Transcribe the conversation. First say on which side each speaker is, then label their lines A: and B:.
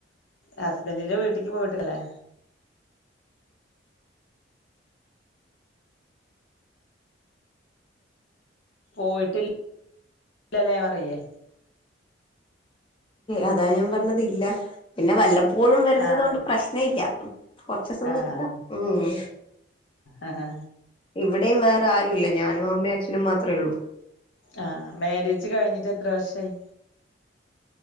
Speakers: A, on the left; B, on the left.
A: ഹസ്ബന്റിന്റെ വീട്ട്ക്ക് പോയിട്ടില്ലല്ലേ. പോയിട്ടി ല്ലല്ലേ പറയേ
B: അതാ ഞാൻ പറഞ്ഞത് ഇല്ല പിന്നെ വല്ല പ്പോഴും വരുന്നത്
A: ആഹ്
B: കൊണ്ട് പ്രശ്ന ഇല്ല. കൊറച്ച്സം
A: ആഹ്
B: നിക്കാ ഉം.
A: ആഹ്
B: ഇവ് വിടെയും വേറെ ആരു ഇല്ല ഞാനും അമ്മയും അച്ഛനും മാത്രേ ഉള്ളൂ.
A: ആ മ്യാരേജ് കഴിഞ്ഞിട്ട് എത്ര വർഷായി?